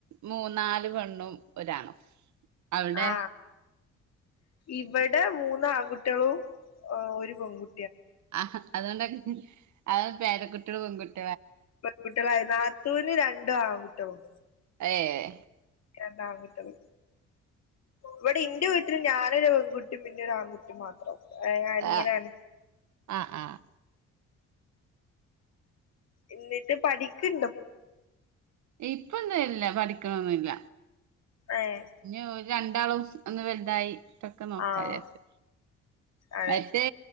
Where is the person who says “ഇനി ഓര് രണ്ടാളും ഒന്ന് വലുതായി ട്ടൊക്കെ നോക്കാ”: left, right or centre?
Right